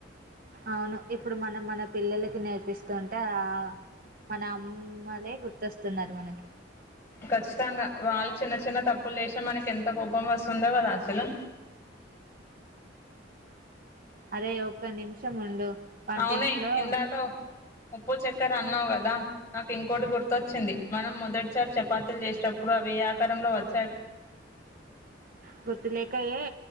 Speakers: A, on the right; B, on the left.
A: అవును ఇప్పుడు మనం మన పిల్లలకి నేర్పిస్తుంటే ఆ మన అమ్మలే గుర్తొస్తున్నారు మనకి
B: ఖచ్చితంగా వాళ్ళు చిన్న చిన్న తప్పులుచేసిన మనకి ఎంత కోపం వస్తుండె కదా అసలు
A: అరె ఒక్క నిమిషం ఉండు వంటింట్లో
B: అవునె ఇందాక ఉప్పు చెక్కర అన్నవ్ కదా కదా నాకు ఇంకోటి గుర్తొచ్చింది మనం మొదటిసారి చపాతీలు చేసేటప్పుడు అవి ఎ ఆకారంలో వచ్
A: గుర్తులేక ఏ